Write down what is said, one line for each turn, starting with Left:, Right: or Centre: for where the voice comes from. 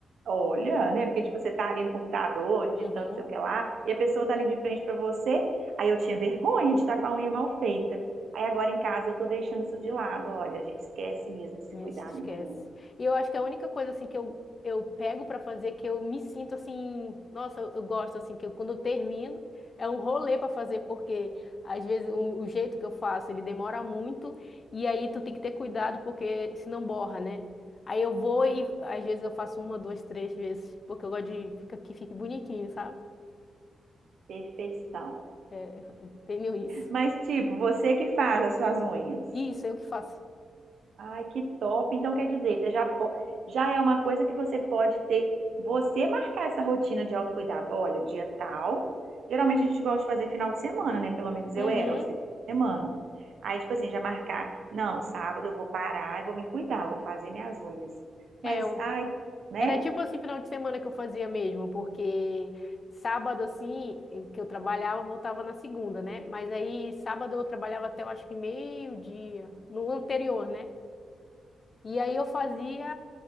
Right: olha, né? Porque tipo, você tá ali no computador, digitando
Left: Uhum,
Right: não sei o que lá, e a pessoa tá ali de frente para você, aí eu tinha vergonha de estar com a unha mal feita. Aí agora em casa eu tô deixando isso de lado. Olha, a gente esquece mesmo de se
Left: a gente
Right: cuidar,
Left: esquece.
Right: menina.
Left: E eu acho que a única coisa assim que eu, eu pego pra fazer que eu me sinto assim, nossa, eu, eu gosto assim que eu, quando eu termino é um rolê pra fazer porque às vezes o, o jeito que eu faço ele demora muito e aí tu tem que ter cuidado porque senão borra, né? Aí eu vou e às vezes eu faço uma, duas, três vezes porque eu gosto de fica, que fique bonitinho, sabe?
Right: Perfeição.
Left: É, eu tenho isso.
Right: Mas, tipo, você que faz as suas unhas.
Left: Isso, eu que faço.
Right: Ai, que top. Então, quer dizer, você já, po- já é uma coisa que você pode ter. Você marcar essa rotina de autocuidado. Olha, dia tal. Geralmente a gente gosta de fazer final de semana, né? Pelo menos
Left: Uhum.
Right: eu era, aos finais de semana. Aí, tipo assim, já marcar. Não, sábado eu vou parar e vou me cuidar, vou fazer minhas unhas.
Left: É,
Right: Mas,
Left: eu
Right: ai, né?
Left: Era tipo assim, final de semana que eu fazia mesmo, porque sábado, assim, que eu trabalhava, eu voltava na segunda, né? Mas aí, sábado eu trabalhava até, eu acho que meio-dia, no anterior, né? E aí eu fazia,